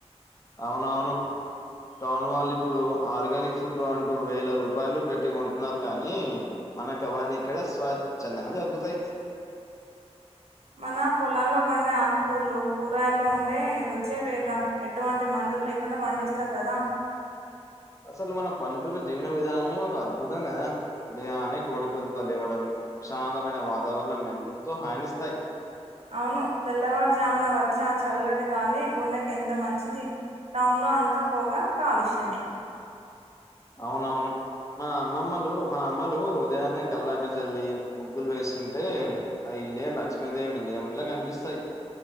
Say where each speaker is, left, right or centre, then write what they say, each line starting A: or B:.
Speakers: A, on the left (about 30°); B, on the right (about 70°).
A: అవునవును
B: <inaudible>
A: టౌన్ వాళ్ళు ఇప్పుడు ఆర్గానిక్ ఫుడ్ అంటూ వేల రూపాయలు పెట్టికొంటున్నారు కానీ మన గవన్ని ఇక్కడ స్వచ్ఛందంగా దొరుకుతాయి
B: మన పొలాల్లో పండే ఆకుకూరలు కూరగాయల్లో ఉండే రుచే వేర్రా ఎటువంటి మందులు లేకుండా పం డిస్తారు గదా
A: అసలు మన పల్లెటూరు జీవన విధానమే ఒక అద్భుతం గదా ఉదయానే కోడి కూతితో లేవడం ప్రశాంతమైన వాతావరణం ఎంతో హానిస్తాయి
B: అవును తెల్లవార్జామున వచ్చా ఆ చల్ల గాలి గుండెకెంత మంచిది టౌన్ లో అంతా పొగా కాలుష్యమే
A: అవునవును మా అమ్మమ్మలు మన అమ్మలు ఉదయాన్నే కల్లాపి జల్లి ముగ్గులు వేస్తుంటే అయి ఇల్లే లక్ష్మీదేవి నిలయంల గనిపిస్తాయి